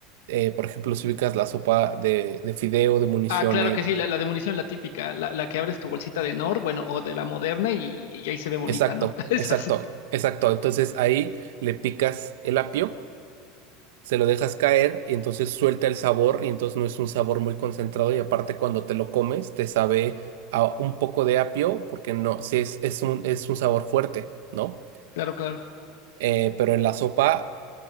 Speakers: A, on the right (about 85°); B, on the left (about 80°).
A: Eh, por ejemplo, si ubicas la sopa de, de fideo, de municiones,
B: Ah, claro que sí,
A: de-
B: la, la de munición, la típica, la, la que abres tu bolsita de Nor, bueno, o de la moderna y, y ahí se ve bonita,
A: Exacto,
B: ¿no? <laughs> Esas,
A: exacto, exacto. Entonces ahí le picas el apio se lo dejas caer y entonces suelta el sabor y entonces no es un sabor muy concentrado y aparte cuando te lo comes te sabe a un poco de apio porque no, sí es, es un, es un sabor fuerte, ¿no?
B: claro, claro.
A: Eh, pero en la sopa